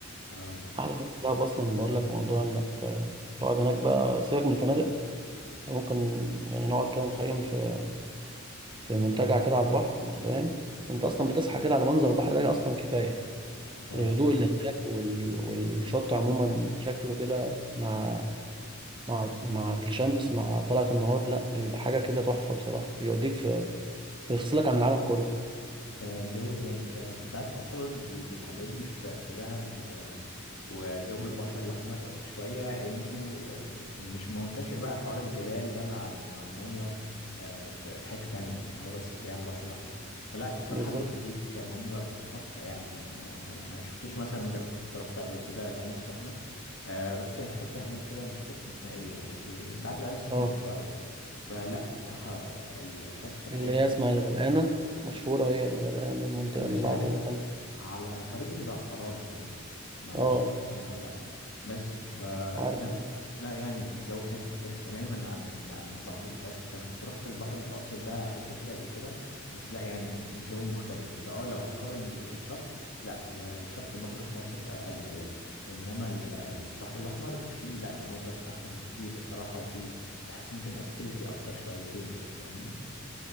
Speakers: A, on the left; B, on the right.
A: اه
B: احلى حاجه في دهب اصلا بقول لك موضوع انك آه، تقعد هناك بقى سيبك من الفنادق انت ممكن يعني نقعد كده نخيم في في منتجع كده على البحر انت فاهم انت اصلا بتصحى كده على منظر البحر ده اصلا كفايه
A: اه
B: الهدوء اللي هناك وال... والشط عموما شكله كده مع مع مع الشمس مع طلعة النهار لا بيبقى حاجه كده تحفه بصراحه بيوديك في بيفصلك عن العالم كله
A: فجو تاني فعلا انت عارف اصلا اللي بيحببني في في دهب و... وجو البحر الاحمر شويه انه مش منتشر بقى حوار الجبال ده مع ال- مع الميه آه، في في حته تانية يعني هو بس بتلاقيه على البحر الاحمر فلا الصراحه
B: بالظبط
A: بيديك منظر تحفه يعني انا ما ما شفتوش مثلا غير كنت رحت قبل كده العين السخنه آه، رحت حته هناك كده مش فاكر كان اسمها ايه يعني بس يعني بعد العين السخنه
B: اه
A: بشويه فلا بصراحه ال- الشط كان
B: اللي
A: حلو
B: هي اسمها الغرقانه مشهوره هي بالغرقانه المنطقه
A: مش
B: اللي بعد
A: عارف
B: ال-
A: على طريق الزعفرانة كده ما اعرفش
B: اه
A: اسمه عنه ولا لا بس فلا
B: عارف
A: لا يعني الجو هناك مختلف تماما عن ال... عن البحر المتوسط انا كنت رحت البحر المتوسط ده حتة فيه قبل كده بس لا يعني الجو مختلف انت اه لو هتقارن ال- الشط لا الشط البحر المتوسط اجمل يعني انما ال- البحر الاحمر فيه لا مناظر احسن بكتير الصراحة وفيه بحس ممكن اكتيفيتي اكتر شويتين يعني فاهمني